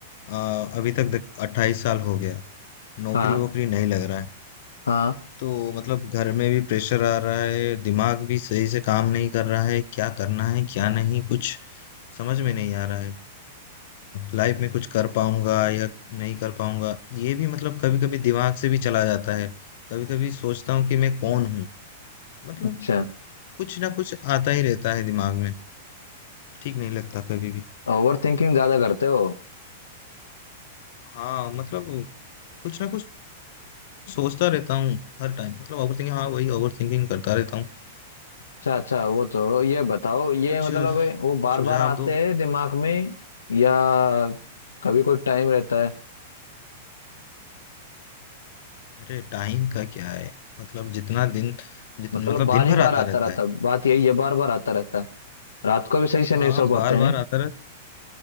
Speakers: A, on the left (about 60°); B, on the left (about 80°).
A: अ, अभी तक देख अट्ठाईस साल हो गया नौकरी
B: हाँ
A: वोकरी नहीं लग रहा है
B: हाँ
A: तो मतलब घर में भी प्रेशर आ रहा है दिमाग भी सही से काम नहीं कर रहा है क्या करना है क्या नहीं कुछ समझ में नहीं आ रहा है लाइफ में कुछ कर पाऊंगा या नहीं कर पाऊंगा ये भी मतलब कभी कभी दिमाग से भी चला जाता है कभी कभी सोचता हूँ कि मैं कौन हूँ मतलब
B: अच्छा
A: कुछ ना कुछ आता ही रहता है दिमाग में ठीक नहीं लगता कभी भी
B: ओवर थिंकिंग ज्यादा करते हो
A: हाँ मतलब कुछ ना कुछ सोचता रहता हूँ हर टाइम मतलब ओवर थिंकिंग हाँ वही ओवर थिंकिंग करता रहता हूँ
B: अच्छा अच्छा वो छोड़ो ये बताओ ये
A: कुछ
B: मतलब है, वो बार
A: सुझाव
B: बार आते
A: दो
B: हैं दिमाग में या कभी कोई टाइम रहता है
A: अरे टाइम का क्या है मतलब जितना दिन जितना
B: मतलब
A: मतलब
B: बार
A: दिन भर
B: ही बार
A: आता
B: आता
A: रहता
B: रहता
A: है
B: है बात यही है बार बार आता रहता है रात को भी सही से
A: हाँ
B: नहीं सो पाते
A: बार
B: हैं
A: बार आता रहता